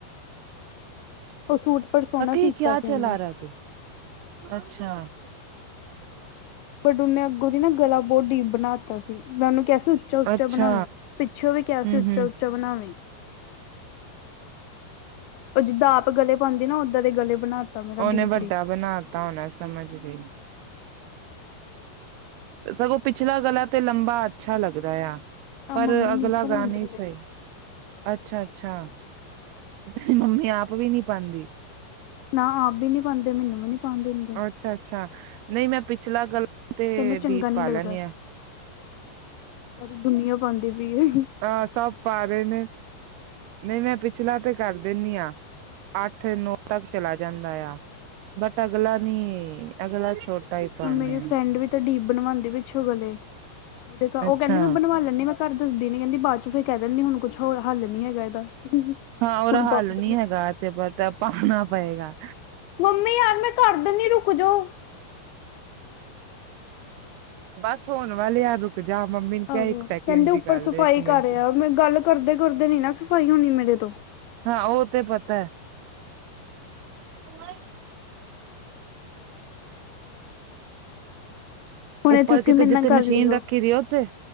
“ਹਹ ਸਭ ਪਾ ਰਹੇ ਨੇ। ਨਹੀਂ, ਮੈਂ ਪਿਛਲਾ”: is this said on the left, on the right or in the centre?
Right